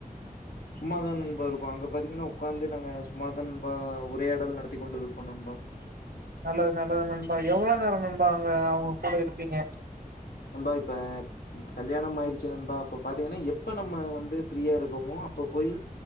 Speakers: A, on the left; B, on the right.
A: சும்மாதா நண்பா இருக்கு அங்க பாத்தீங்கன்னா உக்காந்து நாங்க சும்மாதான் நண்பா உரையாடல் நடத்தி கொண்டு இருப்போ நண்பா
B: நல்லது நல்லது நண்பா எவ்ளவு நேரம் நண்பா அங்க அவங்க கூட இருப்பீங்க
A: நண்பா இப்ப கல்யாணம் ஆயிருச்சு நண்பா அப்ப பாத்தீங்கன்னா எப்ப நம்ம வந்து ஃப்ரீயா இருக்கோமோ அப்ப போய்